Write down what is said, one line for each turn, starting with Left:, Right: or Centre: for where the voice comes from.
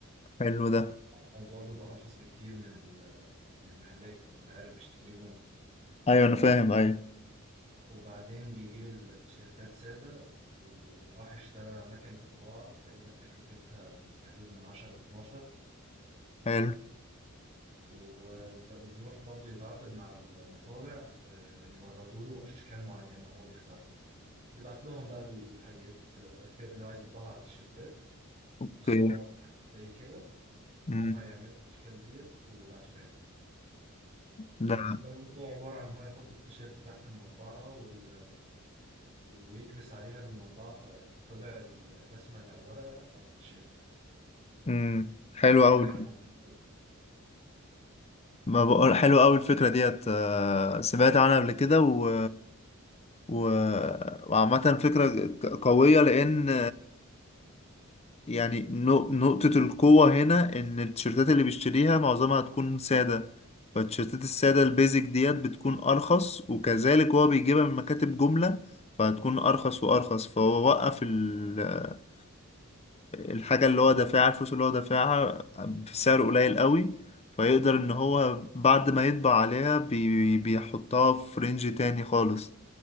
Left: حلو ده
Right: الموضوع بيبقى ارخص بكتير من ال- من المحلات يعني انت عارف بيشتري جمله
Left: ايوه انا فاهم ايوه
Right: وبعدين بيجيب التيشيرتات سادة وراح اشترى مكنة طباعة تقريبا تكلفتها في حدود من 10 ل 12
Left: حلو
Right: وب- وبيروح برضه يتعاقد مع المطابع آه، يوردوا له أشكال معينة هو بيختارها بيبعت لهم بقى الحاجات آه، الأشكال اللي هو عايز يطبعها على التيشيرتات
Left: اوكي
Right: في صور أو حاجات زي كده وهم
Left: امم
Right: يعملوا الأشكال ديت ويبعتوها له وبيبقى
Left: ده
Right: الموضوع عبارة عن إن هو يحط التيشيرت تحت المطبعة وال ويكبس عليها المطبعة فتطبع ال- الرسمة اللي على الورقة على التيشيرت
Left: امم حلو قوي
Right: حاجة عن الموضوع دوت
Left: ما بقول حلو قوي الفكره ديت آه، سمعت عنها قبل كده و و وعامه فكره ق- قويه لان يعني نو- نقطة القوة هنا إن التيشيرتات اللي بيشتريها معظمها هتكون سادة فالتيشيرتات السادة البيزك ديت بتكون أرخص وكذلك هو بيجيبها من مكاتب جملة فهتكون أرخص وأرخص فهو وقف ال- آه، الحاجة اللي هو دافعها الفلوس اللي هو دافعها بسعر قليل قوي فيقدر إن هو بعد ما يطبع عليها بي- بيحطها في رينج تاني خالص